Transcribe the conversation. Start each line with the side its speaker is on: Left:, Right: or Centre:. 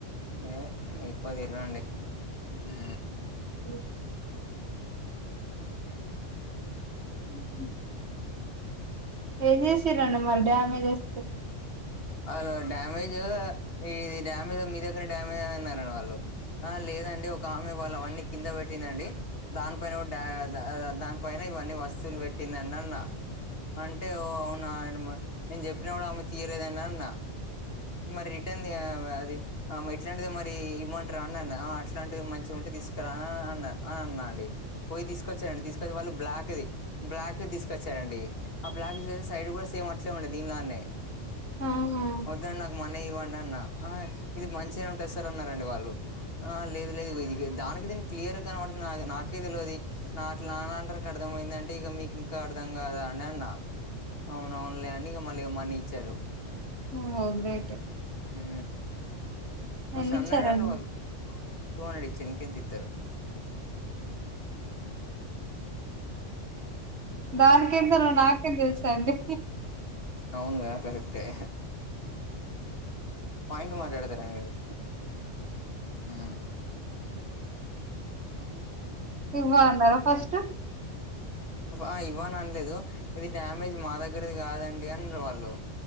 Left: మేం ఎక్కువ తిరగనండి ఊ
Right: ఉ ఉ ఏం చేసిరండి మరి డ్యామేజ్ వస్
Left: వాళ్ళు డ్యామేజ్ ఇది డ్యామేజ్ మీ దగ్గర డ్యామేజ్ అయ్యిందన్నడు వాళ్ళు ఆ లేదండి ఒక ఆమె వాళ్ళవన్నీ కింద పెట్టిందండి దానిపైన కూడా దానిపైన ఇవన్నీ వస్తువులు పెట్టిందండన్న అంటే ఓ అవునా ఆయన నేను చెప్పినా కూడా ఆమె తీయలేదండి అన్న మరి రిటర్న్ది అది ఆ ఇట్లాంటిది మరి ఇమంటరా అన్నా అంది అట్లాంటి మంచిగా ఉంటే తీసుకురా అన్నా అని అన్నడి పోయి తీసుకొచ్చారండి తీసుకొచ్చి వాళ్ళు బ్లాక్ బ్లాక్ ది తీసుకొచ్చారండి ఆ బ్లాక్ ది సైడ్ కూడా సేమ్ అట్లే ఉండే దీనిలానే
Right: ఆహా
Left: ఇదండి నాకు మానీ ఇవ్వండి అన్నా ఇది మంచిగానే ఉంటది సారు అన్నారండి వాళ్ళు ఆ లేదు లేదు ఇదిగో ఇది దానికి దీనికి క్లియర్ గా కనబడుతుంది నా నాకే తెల్వది నాట్ నాలాంటోళ్ళకే అర్థమయిందంటే ఇక మీకింకా అర్థం కాదా అండి అన్నా అవునవునులే అని ఇగ మళ్ళీ మని ఇచ్చారు
Right: హో గ్రేట్ యే
Left: ఊ ఫస్ట్
Right: ఎన్ని
Left: అన్నారండీ
Right: ఇచ్చారండి
Left: వాళ్ళు టూ హండ్రెడ్ ఇచ్చిరు ఇంకెంతితారు
Right: దానికెందరో నాకేం తెలుసండి
Left: అవునుగా కరెక్ట్ యే పాయింట్ మాట్లాడతారండి మీరు ఆ
Right: ఇమబాగున్నారా ఫస్ట్,
Left: ఆ ఇవ్వని అనలేదు ఇది డ్యామేజ్ మా దగ్గరది కాదండి అన్నారు వాళ్ళు,